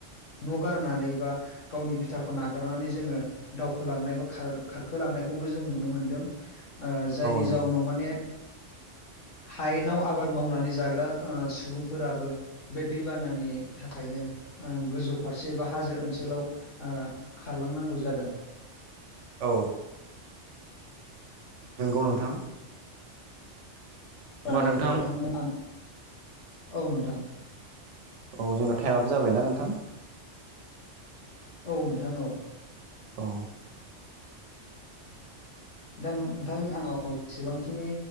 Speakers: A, on the left; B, on the right.
A: न' गारनानै बा गावनि बिथाखौ नागारनानै जोङो दावखोलांनाय बा खारखोलांनायखौबो जों नुनो मोनदों ओ जायनि
B: नंगौ
A: जाउनाव माने
B: <inaudible>
A: हायेनाव आबाद मावनानै जाग्रा ओ सुबुंफोराबो बे दैबानानि थाखायनो ओ गोजौ फारसे बा हाजो ओनसोलाव ओ खारलांनांगौ जादों
B: औ नोंगौ नोंथां होमबा
A: नानै
B: नोंथां
A: फैबा नोंथांनो आं औ नोंथां
B: औ जोंना थाइमाबो जाबायना नोंथां
A: औ नोंथां औ
B: औ
A: दा नोंथां आंनाव जेसेबांखिनि